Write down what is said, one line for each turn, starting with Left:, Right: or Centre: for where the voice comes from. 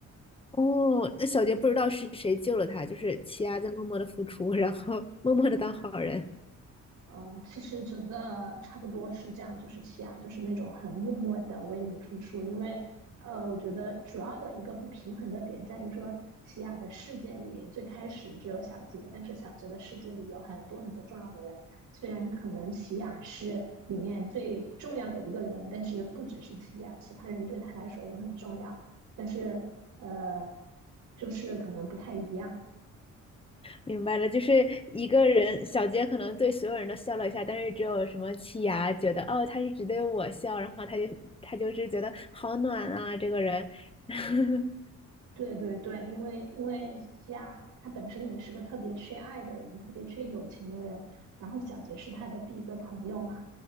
Left: 哦，那小杰不知道是谁救了他，就是奇亚在默默的付出，然后默默的当好人。
Right: 呃，其实整个差不多是这样，就是奇亚就是那种很默默的为你付出，因为呃，我觉得主要的一个不平衡的点在于说，奇亚的世界里最开始只有小杰，但是小杰的世界里有很多很多重要的人，虽然可能奇亚是里面最重要的一个人，但是不只是奇亚，其他人对他来说也很重要，但是呃，就是可能不太一样。
Left: 明白了，就是一个人，小杰可能对所有人都笑了一下，但是只有什么七牙觉得，哦，他是只对我笑，然后他就他就是觉得好暖啊，这个人，<laughs>
Right: 对对对，因为因为西亚他本身也是个特别缺爱的人，特别缺友情的人，然后小杰是他的第一个朋友嘛，